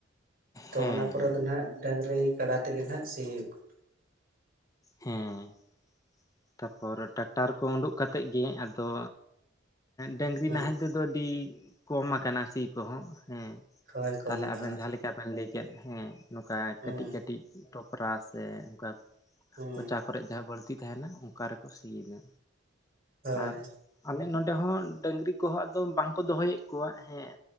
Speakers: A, on the right (about 45°); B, on the left (about 15°).
A: ᱛᱚ
B: ᱦᱮᱸ
A: ᱚᱱᱟ ᱠᱚᱨᱮ
B: ᱦᱮᱸ
A: ᱫᱚ ᱦᱟᱸᱜ ᱰᱟᱹᱝᱨᱤ ᱠᱟᱰᱟ ᱛᱮᱜᱮ ᱦᱟᱸᱜ ᱥᱤ ᱦᱩᱭᱩᱜ ᱠᱟᱱᱟ
B: ᱦᱮᱸ ᱛᱟᱯᱚᱨ ᱴᱨᱮᱠᱴᱟᱨ ᱠᱚ ᱩᱰᱩᱜ ᱠᱟᱛᱮᱜ ᱜᱮ ᱟᱫᱚ ᱰᱟᱹᱝᱨᱤ
A: ᱦᱩᱸ
B: ᱱᱟᱦᱮᱞ ᱛᱮᱫᱚ ᱟᱹᱰᱤ ᱠᱚᱢ ᱟᱠᱟᱱᱟ ᱥᱤ ᱠᱚᱦᱚᱸ ᱦᱮᱸ
A: ᱦᱳᱭ ᱠᱚᱢ
B: ᱛᱟᱦᱚᱞᱮ
A: ᱟᱠᱟᱱᱟ
B: ᱟᱵᱮᱱ ᱡᱟᱦᱟᱸ <unintelligible> ᱵᱮᱱ ᱞᱟᱹᱭ ᱠᱮᱫ ᱦᱮᱸ ᱱᱚᱝᱠᱟ
A: ᱦᱩᱸ
B: ᱠᱟᱹᱴᱤᱡ ᱠᱟᱹᱴᱤᱡ ᱴᱚᱯᱨᱟ ᱥᱮ ᱚᱱᱠᱟ
A: ᱦᱩᱸ
B: ᱠᱚᱪᱟ ᱠᱚᱨᱮ ᱡᱟᱦᱟᱸ ᱵᱟᱹᱲᱛᱤ ᱛᱟᱦᱮᱸᱱᱟ ᱚᱱᱠᱟ ᱨᱮᱠᱚ ᱥᱤᱭᱮᱫᱟ
A: ᱦᱳᱭ
B: ᱟᱨ ᱟᱞᱮ ᱱᱚᱰᱮ ᱨᱮᱦᱚᱸ ᱰᱟᱹᱝᱨᱤ ᱠᱚᱦᱚᱸ ᱟᱫᱚ ᱵᱟᱝᱠᱚ ᱫᱚᱦᱚᱭᱮᱫ ᱠᱚᱣᱟ ᱦᱮᱸ